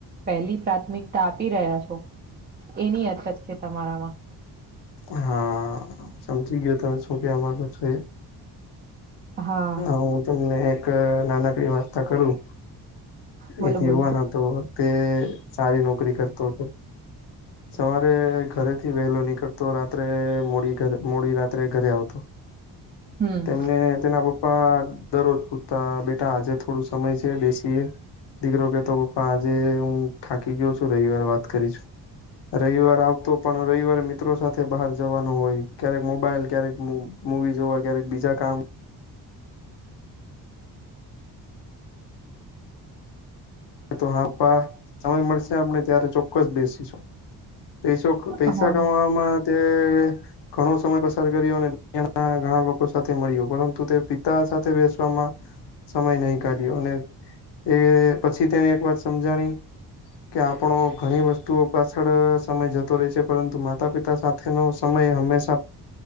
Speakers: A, on the right; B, on the left.
A: પહેલી પ્રાથમિકતા આપી રહ્યા છો એની અછત છે તમારામાં
B: હા સમજી ગયો તમે શો કે આમાં તો છો એ
A: હા
B: હ હું તમને એક નાનકડી વાર્તા કરું
A: બોલો
B: એક
A: બોલો
B: યુવાન હતો તે સારી નોકરી કરતો હતો સવારે ઘરેથી વહેલો નીકળતો રાત્રે મોડી મોડી રાત્રે ઘરે આવતો
A: હમ
B: તેમને તેના પ્પા દરરોજ પૂછતા બેટા આજે થોડું સમય છે બેસીએ દીકરો કેતો પપ્પા આજે હું થાકી ગયો છું રવિવાર વાત કરીશું રવિવાર આવતો પણ રવિવારે મિત્રો સાથે બહાર જવાનું હોય ક્યારેક મોબાઈલ ક્યારેક મુવીઝ વગેરે બીજા કામ તો હા સમય મળશે આપને ત્યારે ચોક્કસ બેસીશું પૈસો પૈસા
A: હા
B: કમાવામાં તે ઘણો સમય પસાર કર્યો અને ઘણા લોકો સાથે મળ્યો પરંતુ તે પિતા સાથે બેસવામાં સમય નહી કાઢ્યો અને એ પછી તેને એક વાત સમજાણી કે આપણો ઘણી વસ્તુઓ પાછળ સમય જતો રહેે છે પરંતુ માતા પિતા સાથે ન સમય હંમેશા